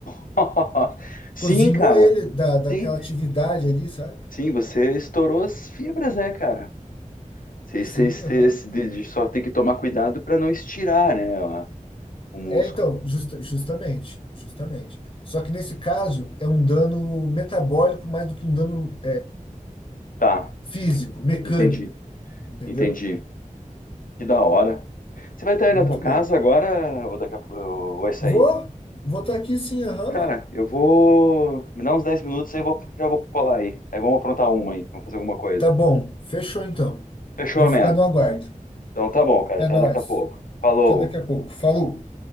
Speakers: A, on the left; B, on the left.
A: <laughs> Nossa. Sim,
B: Cozinhou
A: cara.
B: ele da, daquela
A: Sim,
B: atividade ali, sabe?
A: sim, você estourou as fibras, né, cara? Você,
B: Sim,
A: você, você-
B: aham.
A: você- de- de só tem que tomar cuidado para não estirar, né, a- o músculo.
B: É, então, justa- justamente, justamente. Só que nesse caso é um dano metabólico mais do que um dano
A: Tá,
B: físico,
A: do que
B: mecânico,
A: entendi,
B: entendeu?
A: entendi. Que da hora. Você vai estar aí
B: Muito
A: na tua casa
B: louco.
A: agora ou daqui a pouco ou vai sair?
B: Vou, vou estar aqui sim, aham.
A: Cara, eu vou me dar uns 10 minutos aí, eu vou, já vou colar aí. Aí vamos aprontar uma aí, vamos fazer alguma coisa.
B: Tá bom, fechou então.
A: Fechou,
B: Vou ficar
A: man?
B: no aguardo.
A: Então tá bom, cara,
B: É
A: até
B: nóis.
A: daqui a pouco. Falou.
B: Até daqui a pouco. Falou.